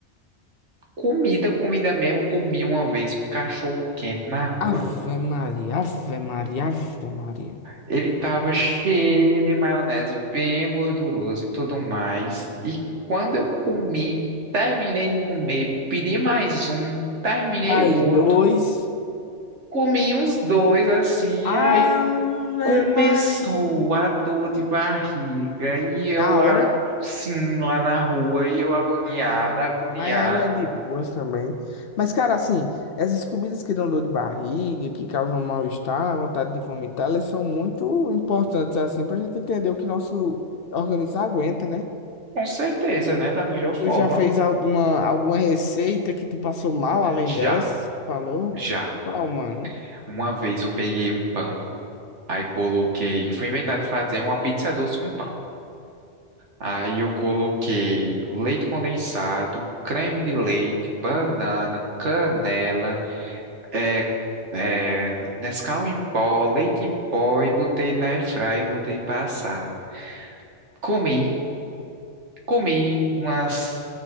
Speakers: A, on the right; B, on the left.
A: Comida, comida mesmo, comi uma vez um cachorro quente na rua.
B: Ave Maria, Ave Maria, Ave Maria.
A: Ele tava cheio de maionese, bem gorduroso e tudo mais. E quando eu comi, terminei de comer, pedi mais um, terminei
B: Mais
A: o outro,
B: dois.
A: comi uns dois assim,
B: Ave
A: aí começou
B: Maria.
A: a dor de barriga e
B: Na
A: eu assim
B: hora.
A: lá na rua e eu agoniado,
B: Ah,
A: agoniado,
B: mas aí é de boas também. Mas, cara, assim, essas comidas que dão dor de barriga, que causam mal-estar, vontade de vomitar, elas são muito importantes, assim, pra gente entender o que nosso organismo aguenta, né?
A: com certeza, né, da melhor forma.
B: Tu já fez alguma, alguma receita que tu passou mal além
A: Já,
B: dessa? tu Falou?
A: já.
B: Qual, mano?
A: Uma vez eu peguei um pão, aí coloquei, fui inventar de fazer uma pizza doce com pão. Aí eu coloquei leite condensado, creme de leite, banana, canela, é, é, Nescau em pó, leite em pó e botei na airfryer e botei pra assar. Comi, comi umas